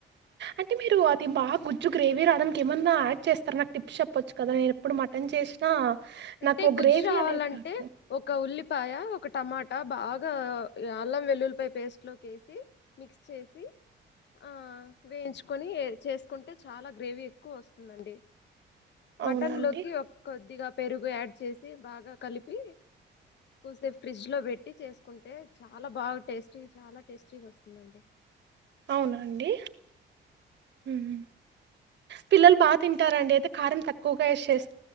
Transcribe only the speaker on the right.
అంటే మీరు ఆ దీ బా గుజ్జు గ్రేవీ రాడానికి ఏమన్నా యాడ్ చేస్తారా నాకు టిప్స్ చెప్పొచ్చు కదా నేను ఎప్పుడు మటన్ చేసినా
నాకు
గ్రేవీ
అనేది రాదు.
అవునా అండి?
అవునా అండి మ్ పిల్లలు బాగా
తింటారండి అయితే కారం తక్కువగా ఎసి చేస్